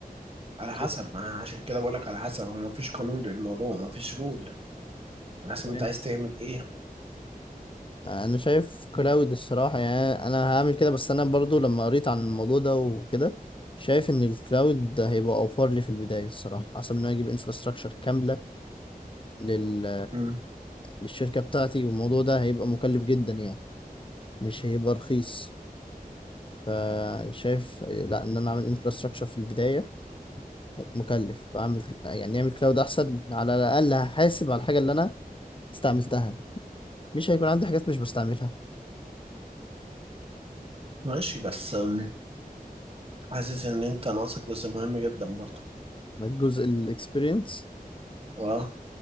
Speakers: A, on the right (about 40°); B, on the left (about 35°).
A: على
B: كده
A: حسب ما عشان كده بقولك على حسب هو مفيش قانون للموضوع مفيش رول على حسب
B: يعني
A: انت عايز تعمل ايه
B: انا شايف كلاود الصراحه يعني انا هعمل كده بس انا برضو لما قريت عن الموضوع ده وكده شايف ان الكلاود ده هيبقى اوفر لي في البدايه الصراحه احسن من إن انا اجيب انفراستراكشر كامله لل
A: مم.
B: للشركه بتاعتي والموضوع ده هيبقى مكلف جدا يعني مش هيبقى رخيص فشايف لا ان انا اعمل انفراستراكشر في البدايه مكلف اعمل يعني اعمل كلاود احسن على الاقل هحاسب على الحاجه اللي انا استعملتها مش هيكون عندي حاجات مش بستعملها
A: ماشي بس أم، حاسس ان انت ناقصك جزء مهم جدا برضه
B: جزء الاكسبيرينس
A: اه